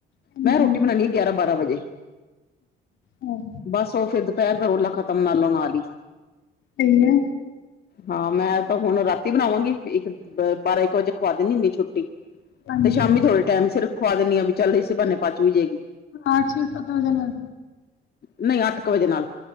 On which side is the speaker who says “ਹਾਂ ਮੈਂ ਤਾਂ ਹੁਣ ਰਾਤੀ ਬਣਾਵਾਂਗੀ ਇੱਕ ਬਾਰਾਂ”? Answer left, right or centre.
Left